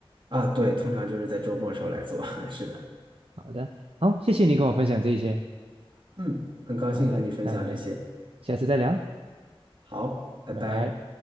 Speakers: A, on the right; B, on the right.
A: 啊。对，通常就是在周末时候来做。<laughs> 是的，
B: 好的，好，谢谢你跟我分享这一些。
A: 嗯，很高兴和你分享这些。
B: 好的，那我们下次再聊，
A: 好，拜拜。
B: 拜拜。